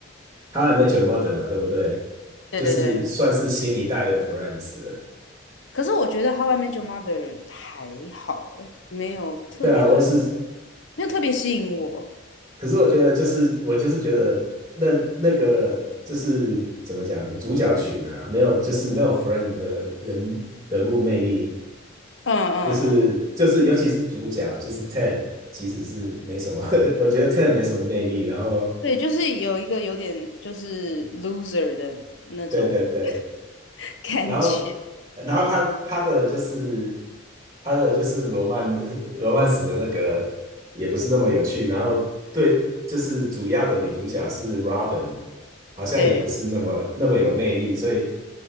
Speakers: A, on the right (about 15°); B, on the left (about 65°).
A: 《How I Met Your Mother》嘛，对不对？
B: 对对对。
A: 就是算是新一代的 Friends 了。
B: 可是我觉得《How I Met Your Mother》还好欸，没有特别的，
A: 对啊，我也是，
B: 没有特别吸引我。
A: 可是我觉得就是我就是觉得那那个就是怎么讲，主角群啊，没有就是没有 friend 的人人物魅力，
B: 嗯嗯嗯，
A: 就是就是，尤其是主角，就是 Ted，其实是没什么，<laughs> 我觉得 Ted 没什么魅力。然后，
B: 对，就是有一个有点就是 loser 的那种
A: 对对对，
B: <laughs> 感觉，
A: 然后然后他他的就是他的就是罗曼 <laughs> 罗曼史的那个也不是那么有趣。然后对，就是主要的女主角是 Robin，好像也不是那么那么有魅力，
B: 对，
A: 所以